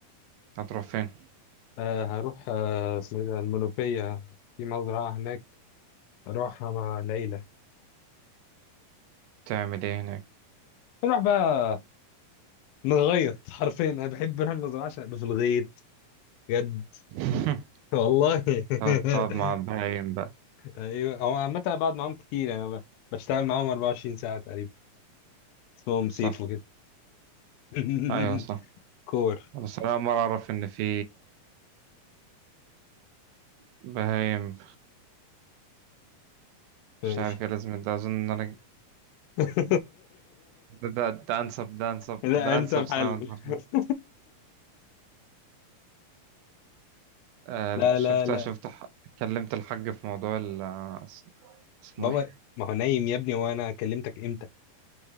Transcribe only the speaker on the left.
آه هروح آه اسمه ايه ده المنوفيه في مزرعه هناك اروحها مع العيله
نروح بقى نغيط <laughs> حرفيا انا بحب اروح المزرعه عشان ابقى في الغيط بجد
<laughs> والله <laughs>
ايوه هو عامه أنا بقعد معاهم كتير يعني ب- بشتغل معاهم 24 ساعه تقريبا اسمهم سيف
وكده <laughs>
كور
ماشي
<laughs>
لا
انسب
حل
<laughs>
لا
لا لا
بابا
ما هو نايم يا ابني وانا كلمتك امتى